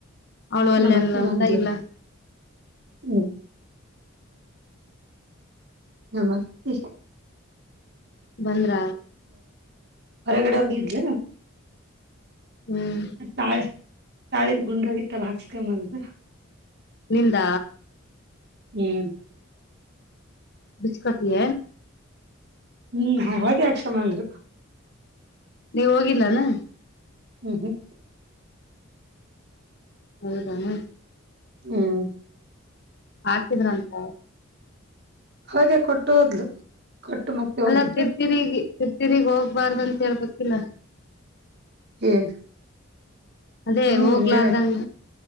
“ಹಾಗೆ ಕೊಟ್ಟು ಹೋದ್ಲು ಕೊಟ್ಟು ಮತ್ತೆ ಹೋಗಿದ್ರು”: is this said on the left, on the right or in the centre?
Right